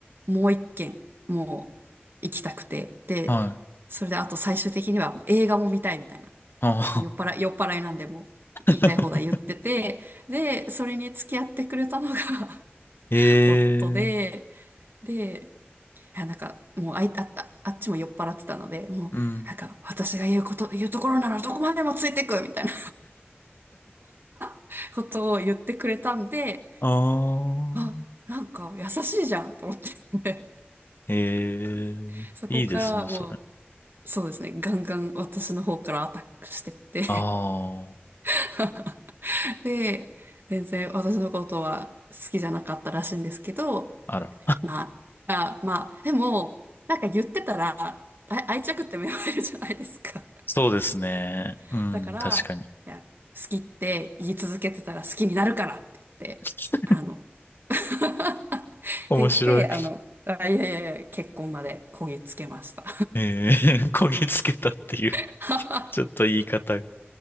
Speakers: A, on the right; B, on the left.
A: もう一軒、もう行きたくて、で、
B: い、はい。
A: それであと最終的には映画も見たいみたいな
B: ああ、
A: もう酔っ払い、酔っ払いなんでもう言いたい放題言ってて、
B: <laughs>
A: で、それに付き合ってくれたのが
B: ええ
A: <laughs> 夫で、で、いや、なんか、もうあい、あった、あっちも酔っ払ってたので、もう、
B: うん。
A: なんか、私が言うこと、言うところならどこまでもついてくみたいな <laughs> ことを言ってくれたんで、
B: ああ、
A: あ、なんか優しいじゃんと思って
B: ええ
A: <laughs> そこからもう、
B: いいですね、それ。
A: そうですね、ガンガン私の方からアタックしてって
B: あ
A: <laughs> で、全然私のことは好きじゃなかったらしいんですけど、
B: あ、あら。
A: まあ、あ、まあ、でも、なんか言ってたら、あ愛着って芽生えるじゃないですか。
B: そうですね。
A: <laughs>
B: うん、
A: だから、
B: 確かに。
A: いや、好きって言い続けてたら好きになるからって言って、
B: <laughs>
A: あの、<laughs> っ
B: 面白い。
A: て言って、あの、あ、いやいやいや、結婚までこぎつけました。
B: えー、<laughs> 焦げつけたっていう、
A: <laughs>
B: ちょっと言い方が。